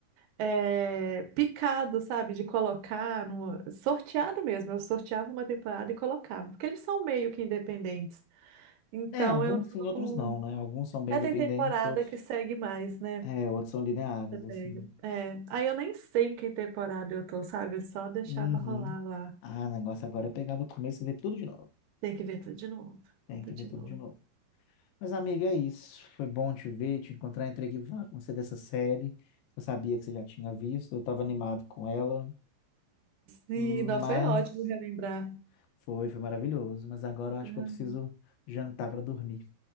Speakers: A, on the right; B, on the left.
A: é, picado, sabe? De colocar no... sorteado mesmo. Eu sorteava uma temporada e colocava, porque eles são meio que independentes. Então
B: É, alguns
A: eu
B: sim, outros
A: não.
B: não, né? Alguns são bem
A: É,
B: independentes,
A: tem temporada
B: outros,
A: que segue mais, né?
B: é, outros são lineares,
A: Você pega.
B: assim.
A: É, aí eu nem sei em que temporada eu tô, sabe? Eu só deixava
B: Uhum.
A: rolar lá.
B: Ah, o negócio agora é pegar do começo e ver tudo de novo.
A: Tem que ver tudo de novo.
B: Tem
A: Ver tudo
B: que ver
A: de
B: tudo
A: novo.
B: de novo. Mas, amiga, é isso. Foi bom te ver, te encontrar. Entrei aqui pra falar com você dessa série. Eu sabia que você já tinha visto, eu estava animado com ela,
A: Sim,
B: mas.
A: não, foi ótimo relembrar.
B: Foi, foi maravilhoso, mas agora eu acho
A: Ah,
B: que eu preciso jantar para dormir,